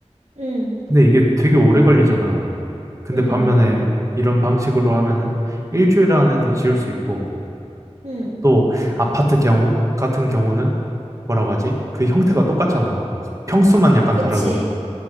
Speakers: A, on the right; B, on the right.
A: 응,
B: 근데 이게 되게 오래 걸리잖아. 근데
A: 응,
B: 반면에 이런 방식으로 하면은 일주일 안에도 지을 수 있고,
A: 응,
B: 또 아파트 경우, 같은 경우는 뭐라고 하지? 그 형태가 똑같잖아. 평수만 약간
A: 그치.
B: 다르고,